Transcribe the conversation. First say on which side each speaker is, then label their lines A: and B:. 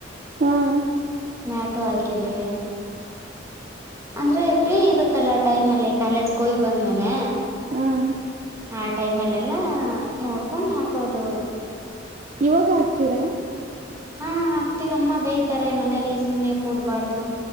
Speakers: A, on the right; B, on the right.
A: ಹ್ಮ್
B: ಮ್ಯಾಟು ಆಯಕದವೆ ಅಂದ್ರೆ ಫ್ರೀ ಇರುತ್ತಲ್ಲ ಟೈಮ್ ಅಲ್ಲಿ ಕಾಲೇಜ್ಗೆ ಹೋಗಿ ಬಂದ್ಮೇಲೆ
A: ಹ್ಮ್
B: ಆ ಟೈಮ್ಲ್ಲೆಲ್ಲ ನೋಡ್ಕೊಂಡ್ ಹಾಕೋದು
A: ಇವಾಗ ಹಾಕ್ತೀರಾ
B: ಹಾ ಹಾಕ್ತೀವಿ ಅಮ್ಮ ಬೇಯತಾರೆ ಮನೇಲಿ ಸುಮ್ನೆ ಕೂಡ್ಬಾರ್ದು